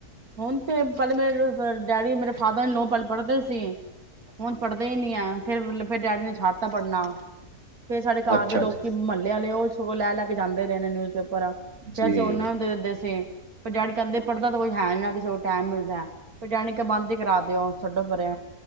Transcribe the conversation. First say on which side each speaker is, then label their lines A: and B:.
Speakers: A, on the right; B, on the right.
A: ਹੁਣ ਤੇ ਪਲੇ ਮੇਰੇ ਡੈਡੀ ਮੇਰੇ ਫਾਦਰ ਇਨ ਲੋ ਪਹਿਲੇ ਪੜ੍ਹਦੇ ਸੀ। ਹੁਣ ਪੜ੍ਹਦੇ ਹੀ ਨੀ ਆ ਫਿਰ ਡੈਡੀ ਨੇ ਛੱਡ ਤਾ ਪੜਨਾ। ਫੇਰ ਸਾਡੇ ਘਰ
B: ਅੱਛਾ
A: ਦੇ ਲੋਕੀ
B: ਜੀ,
A: ਮਹੱਲੇ ਆਲੇ ਉਹ ਸਗੋਂ ਲੈ-ਲੈ ਕੇ ਜਾਂਦੇ ਰਹੇ ਨੇ ਨਿਊਜ਼ਪੇਪਰ। ਫੇਰ
B: ਜੀ,
A: ਅਸੀਂ ਉਹਨਾ ਨੂੰ <unintelligible> ਪਰ ਡੈਡੀ ਕਹਿੰਦੇ ਪੜ੍ਹਦਾ ਤਾਂ ਕੋਈ ਹੈ ਨੀ ਨਾ ਕਿਸੇ ਕੋਲ ਟਾਈਮ ਮਿਲਦਾ। ਫੇਰ ਡੈਡੀ ਨੇ ਕਿਹਾ ਬੰਦ ਹੀ ਕਰਾ ਦਿਓ। ਛੱਡੋ ਪਰੇ।